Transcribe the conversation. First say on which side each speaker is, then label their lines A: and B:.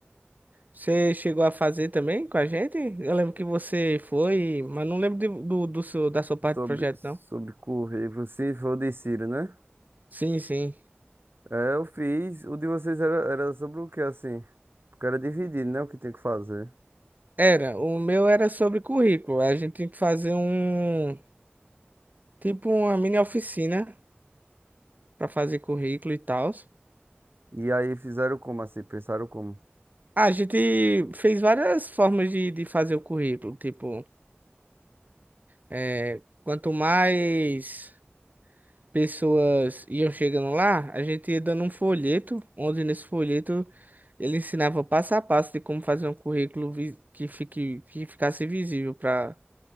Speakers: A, on the right; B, on the right.
A: Você chegou a fazer também com a gente? Eu lembro que você foi, mas não lembro de- do, do seu- da sua parte
B: Sobre,
A: do projeto,
B: sobre
A: não.
B: currículo, se for de Ciro, né?
A: Sim, sim.
B: É, eu fiz. O de vocês era, era sobre o que, assim? Porque era dividido, né? O que tem que fazer.
A: Era. O meu era sobre currículo. A gente tinha que fazer um, tipo uma mini oficina para fazer currículo e tal.
B: E aí fizeram como, assim? Pensaram como?
A: A gente fez várias formas de, de fazer o currículo. Tipo, é, quanto mais pessoas iam chegando lá, a gente ia dando um folheto, onde nesse folheto ele ensinava passo a passo de como fazer um currículo vi- que fique, que ficasse visível para